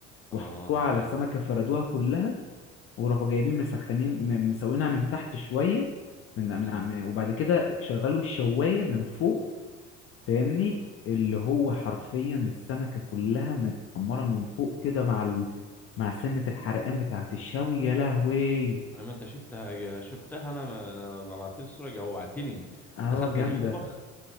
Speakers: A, on the left; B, in the centre.
A: وحطوها
B: اه
A: على
B: ده
A: السمكة
B: ح-
A: فردوها كلها وراحوا جايبين مسخنين م- مسوينها من تحت شوية من
B: امم
A: من ع- من- وبعد كده شغلوا الشواية من فوق فاهمني اللي هو حرفيا السمكة كلها متحمرة من فوق كده مع ال... مع سنة الحرقان بتاعة الشوي يا لهوي
B: ما انت شفتها يا- شفتها انا ما- لما بعت لي الصوره جوعتني
A: اه
B: دخلت
A: جامدة
B: المطبخ